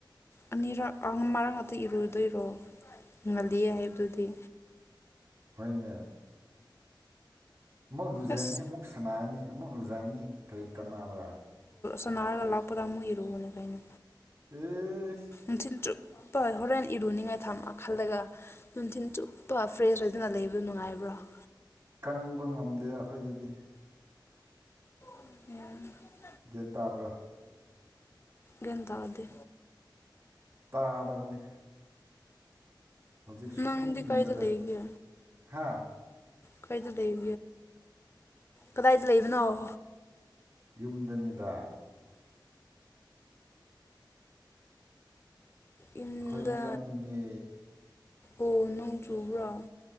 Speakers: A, on the left; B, on the right.
A: ꯑꯅꯤꯔꯛ ꯃꯔꯥꯡ ꯉꯥꯛꯇ ꯏꯔꯨꯗꯣꯏꯔꯣ ꯉꯜꯂꯤ ꯍꯥꯏꯕꯗꯨꯗꯤ
B: ꯍꫭꯏꯅꯦ ꯑꯃꯨꯛ ꯂꯨꯖꯅꯤ
A: ꯑꯁ
B: ꯑꯃꯨꯛ ꯁꯅꯥꯔꯅꯤ ꯑꯃꯨꯛ ꯂꯨꯖꯅꯤ ꯀꯔꯤ ꯀꯥꯟꯅꯕ꯭ꯔꯥ
A: ꯁꯝꯅꯅꯥ ꯍꯥꯏꯔꯒ ꯂꯥꯛꯄꯗ ꯑꯃꯨꯛ ꯏꯔꯨꯕꯅꯦ ꯀꯩꯅꯣ
B: ꯎꯝ
A: ꯤꯟꯇ ꯆꯨꯞꯄ ꯍꯣꯔꯦꯟ ꯏꯔꯨꯅꯤꯡꯉꯥꯏ ꯊꯝ ꯈꯜꯂꯒ ꯅꯨꯡꯊꯤꯟ ꯆꯨꯞꯄ ꯐ꯭ꯔꯦꯁ ꯑꯣꯏꯗꯅ ꯂꯩꯕꯗꯣ ꯅꯨꯡꯉꯥꯏꯕ꯭ꯔꯥ ꯑ
B: ꯀꯪꯕ ꯉꯝꯗꯦ ꯑꯩꯈꯣꯏꯗꯗꯤ
A: ꯎꯝ
B: ꯒ꯭ꯌꯥꯟ ꯇꯥꯕ꯭ꯔꯥ
A: ꯂꯦꯟꯗꯋꯥꯗ
B: ꯇꯥꯗꯕꯅꯤ ꯍꯧꯖꯤꯛ ꯁꯛ
A: ꯅꯪꯗꯤ
B: ꯏꯪ
A: ꯀꯥꯏꯗ
B: ꯏꯪꯕꯗ
A: ꯂꯩꯒꯦ
B: ꯍꯥ
A: ꯀꯗꯥꯏꯇ ꯂꯩ ꯀꯗꯥꯏꯇ ꯂꯩ ꯅꯥꯑꯣ
B: ꯌꯨꯝꯗꯅꯤꯗ
A: ꯌꯨꯝꯗ
B: ꯑꯩꯈꯣꯏꯗꯤ ꯌꯥꯝ ꯏꯪꯉꯦ
A: ꯑꯣ ꯅꯣꯡ ꯆꯨꯕ꯭ꯔꯣ